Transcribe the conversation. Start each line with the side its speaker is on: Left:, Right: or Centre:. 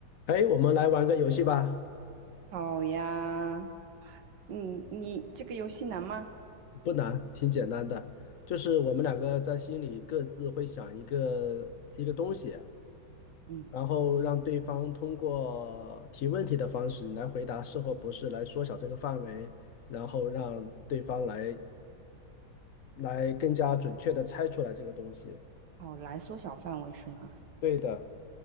Left: 哎，我们来玩个游戏吧，
Right: 好呀，嗯，你这个游戏难吗？
Left: 不难，挺简单的，就是我们两个在心里各自会想一个一个东西，
Right: 嗯，
Left: 然后让对方通过提问题的方式，你来回答是或不是，来缩小这个范围，然后让对方来来更加准确的猜出来这个东西。
Right: 哦，来缩小范围是吗？
Left: 对的，